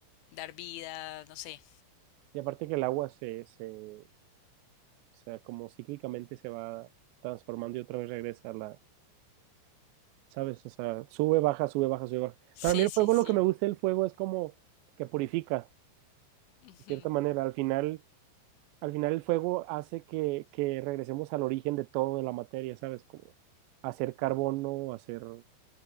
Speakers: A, on the left; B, on the right.
A: dar vida, no sé.
B: Y aparte que el agua se, se, o sea, como cíclicamente se va transformando y otra vez regresa a la, ¿sabes? O sea, sube, baja, sube, baja, sube, baja.
A: Sí,
B: Para mí el
A: sí,
B: fuego,
A: sí.
B: lo que me gusta del fuego es como que purifica,
A: Ujú,
B: de cierta manera. Al final, al final el fuego hace que, que regresemos al origen de todo de la materia, ¿sabes? Como hacer carbono, hacer